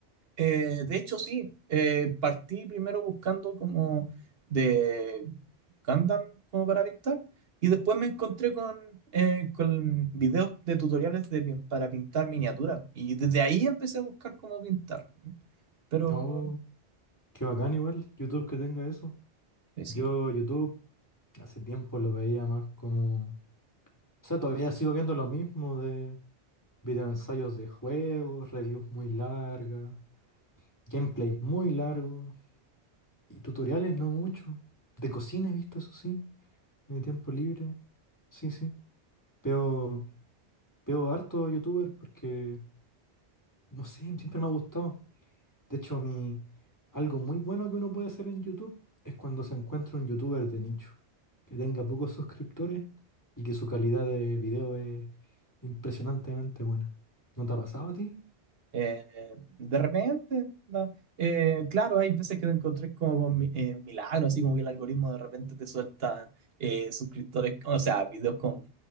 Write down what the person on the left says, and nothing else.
Oh, qué bacán igual, YouTube que tenga eso.
Yo YouTube hace tiempo lo veía más como... O sea, todavía sigo viendo lo mismo de videoensayos de juegos, reviews muy largas. Gameplay muy largo. Y tutoriales no mucho. De cocina he visto, eso sí. En el tiempo libre. Sí, sí. Veo, veo harto youtuber porque, no sé, siempre me ha gustado. De hecho, mi, algo muy bueno que uno puede hacer en YouTube es cuando se encuentra un youtuber de nicho, que tenga pocos suscriptores y que su calidad de video es impresionantemente buena. ¿No te ha pasado a ti?